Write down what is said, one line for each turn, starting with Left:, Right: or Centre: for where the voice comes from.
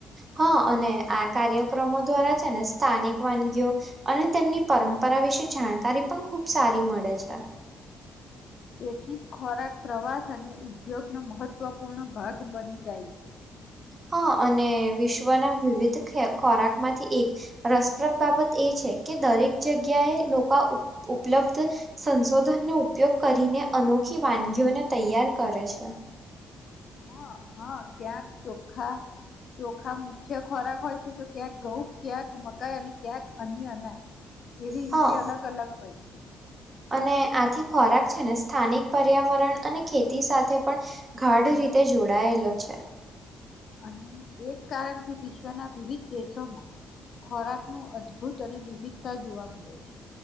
Right: હા અને આ કાર્યક્રમો દ્વારા છે ને સ્થાનિક વાનગીઓ અને તેમની પરંપરા વિશે જાણકારી પણ ખૂબ સારી મળે છે.
Left: તેથી જ ખોરાક, પ્રવાસ અને ઉદ્યોગનો મહત્વપૂર્ણ ભાગ બની જાય છે.
Right: હા અને વિશ્વના વિવિધ ખોરાક માંથી એક રસપ્રદ બાબત એ છે કે દરેક જગ્યાએ લોકો ઉપ ઉપલબ્ધ સંશોધનનો ઉપયોગ કરીને અનોખી વાનગીઓને તૈયાર કરે છે.
Left: હા હા ક્યાં ચોખા, ચોખા મુ ખોરાક હોય છે તો ક્યાંક ઘઉં ક્યાંક મકાઈ અને ક્યાંક અન્ય અનાજ. એવી રીતે
Right: હા
Left: અલગ અલગ હોય છે.
Right: અને આથી ખોરાક છે ને સ્થાનિક પર્યાવરણ અને ખેતી સાથે પણ ગાઢ રીતે જોડાયેલો છે.
Left: અને એ જ કારણથી વિશ્વના વિવિધ દેશોમાં ખોરાકનું અદ ભૂત અને વિવિધતા જોવા મળે છે.